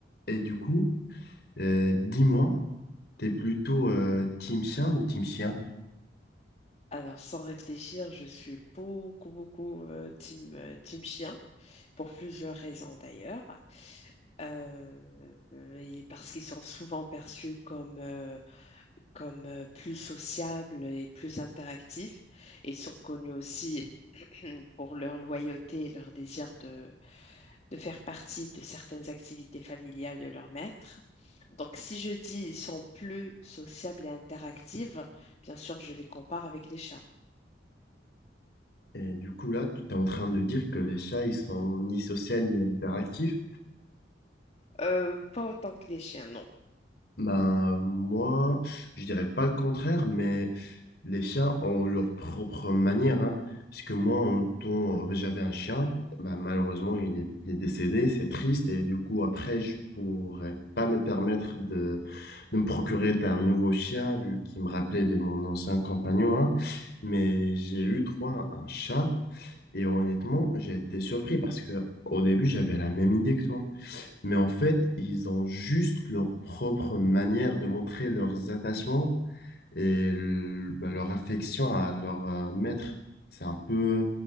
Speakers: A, on the left; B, on the left.
A: Et du coup, euh, dis-moi, t'es plutôt euh, team chat ou team chien?
B: Alors, sans réfléchir, je suis beaucoup, beaucoup euh, team, euh, team chien, pour plusieurs raisons d'ailleurs. Euh, et parce qu'ils sont souvent perçus comme, euh, comme euh, plus sociables et plus interactifs. Ils sont connus aussi <clears throat> pour leur loyauté et leur désir de, de faire partie de certaines activités familiales de leur maître. Donc, si je dis ils sont plus sociables et interactifs, bien sûr, je les compare avec les chats.
A: Et du coup, là, tu es en train de dire que les chats, ils sont ni sociaux ni interactifs.
B: Euh, pas autant que les chiens, non.
A: Ben, moi, je dirais pas le contraire, mais les chats ont leur propre manière, hein. Parce que moi, en temps, euh, j'avais un chien, ben, malheureusement, il est, il est décédé, c'est triste, et du coup, après, je pourrais pas me permettre de, de me procurer d'un nouveau chien, vu qu'il me rappelait de mon ancien compagnon, hein. Mais j'ai eu droit à un chat, et honnêtement, j'ai été surpris parce que au début, j'avais la même idée que toi. Mais en fait, ils ont juste leur propre manière de montrer leurs attachements et le- bah, leur affection à leur euh, maître. C'est un peu,